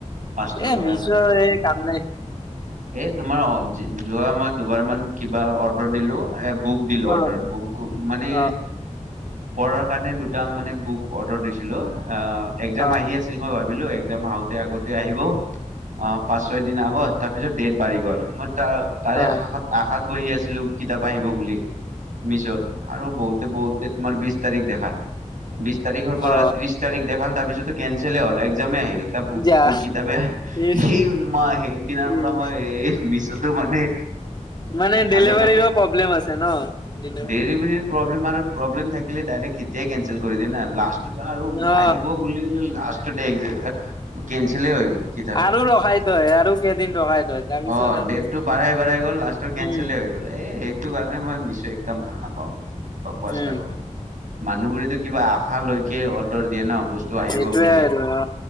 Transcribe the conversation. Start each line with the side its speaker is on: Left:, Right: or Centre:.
Right: ফাৰৰ
Left: এ
Right: পৰা
Left: মিছৰ
Right: মানে
Left: এই কাম নাই
Right: হেই তোমাৰ যোৱা মই দুবাৰ মান কিবা অৰ্ডাৰ দিলো। বুক দিলোঁ অৰ্ডাৰ
Left: অ
Right: বুক মানে।
Left: অ
Right: পঢ়াৰ কাৰণে দুটা মানে বুক অৰ্ডাৰ দিছিলো। অ' এক্জাম
Left: অ
Right: আহি আছিল মই ভা। বিলো একজাম আতে আগতে আহিব। অ' পাঁচ ছয় দিনৰ আগত। তাৰ পিছত ডেট বাঢ়ি গ'ল মই। ত তাৰে
Left: অ
Right: আশ আশাত। বহি আছিলো কি। কিতাপ আহিব বুলি মিছত আৰু বহুত। তে বহুত। তে তোমাৰ বিশছ তাৰিখ দেখাল। বিশছ তাৰিখৰ পৰা
Left: অ
Right: ত্ৰিছ তাৰিখ দেখাল তাৰ পিছত। কেঞ্চেল হ'ল এক্জামে আহিল। এটা বু
Left: যা
Right: ক কিতাপে
Left: ইচ
Right: সেই মই সেইদিনাৰ পৰা
Left: ইচ
Right: মই এই। মিছতো মানে।
Left: মানে
Right: ভালো
Left: ডেলিভাৰীৰো
Right: নাপাওঁ
Left: প্ৰব্লেম আছে ন ডেলেভা।
Right: ডেলিভাৰীৰ প্ৰব্লেম আৰু। প্ৰব্লেম থাকিলে ডাইৰেক্ এতিয়াই কেনঞ্চেল কৰি দওঁ না লাষ্ট। বাৰু
Left: অ
Right: আহিব বুলি ও লাষ্ট। টোটেক যে <unintelligible> কেনচলে হৈ গল, কিতাপটো
Left: আৰু ৰখাই থয় আৰু কেইদিন ৰখাই থয় তাৰপিছত
Right: অ'
Left: আৰু
Right: ডটটো বাঢ়াই বাঢ়াই গল লাষ্টৰ কেনচলে
Left: উম
Right: হৈ গল। এ', সেইটো কাৰণে মই মিছো একদম ভাল নাপাওঁ। পোৱাচ
Left: উম
Right: লাগো । মানুহবোৰেতো কিবা আশা লৈকে অৰ্ডাৰ দিয়ে ন' বস্তু টো আহিব
Left: সেইটোয়ে
Right: বুলি।
Left: আৰু অ